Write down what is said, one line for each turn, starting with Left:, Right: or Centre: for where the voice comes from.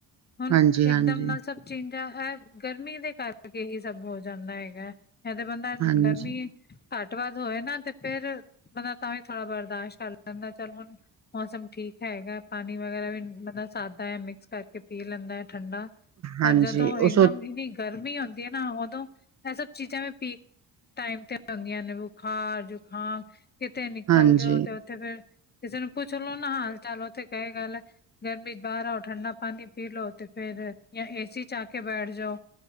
Left: ਹੁਣ
Right: ਹਾਂਜੀ,
Left: ਇਕਦਮ
Right: ਹਾਂਜੀ,
Left: ਨਾਲ ਸਭ ਚੀਜਾ ਹੈ ਗਰਮੀ ਦੇ ਕਰ ਹੀ। ਸਭ ਹੋ ਜਾਂਦਾ ਹੈਗਾ ਹੈ ਤਾਂ ਬੰਦਾ
Right: ਹਾਂਜੀ,
Left: ਗਰਮੀ ਘੱਟ ਬਾਧ ਹੋਏ ਨਾ ਤੇ ਫੇਰ, ਬੰਦਾ ਤਾਂ ਵੀ ਥੋੜ੍ਹਾ ਬਰਦਾਸ਼ਤ ਕਰ ਲੈਂਦਾ ਚੱਲ ਹੁਣ। ਮੌਸਮ ਠੀਕ ਹੈਗਾ ਪਾਣੀ ਵਗੈਰਾ ਵੀ ਬੰਦਾ ਸਾਦਾ ਹੈ, ਮਿਕਸ ਕਰਕੇ ਪੀ ਲੈਂਦਾ ਹੈ ਠੰਡਾ। ਪਰ
Right: ਹਾਂਜੀ
Left: ਜਦੋਂ
Right: ਉਹ
Left: ਇੱਕਦਮ
Right: ਸੋ
Left: ਇੰਨੀ ਗਰਮੀ ਹੁੰਦੀ ਹੈ ਨਾ, ਉਦੋਂ ਇਹ ਸਭ ਚੀਜ਼ਾਂ ਵੀ ਪੀ ਟਾਈਮ ਤੇ ਹਗਆਂ ਨੇ ਬੁਖਾਰ ਜੁਕਾਮ ਕਿਤੇ ਨਿਕਲ
Right: ਹਾਂਜੀ।
Left: ਜਾਓ ਤੇ ਤੇ ਫੇਰ ਕਿਸੇ ਨੂੰ ਪੁੱਛ ਲੋੋ ਨਾ ਹਾਲ ਚਾਲੋਥ ਕਹੀ ਗੱਲ ਹੈ। ਗਰਮੀ ਚ ਬਾਹਰ ਆਓ ਠੰਡਾ ਪਾਣੀ ਪੀ ਲੋ ਤੇ ਫੇਰ ਜਾਂ ਏਸੀ ਚ ਆ ਕੇ ਬੈਠ ਜਾਓ।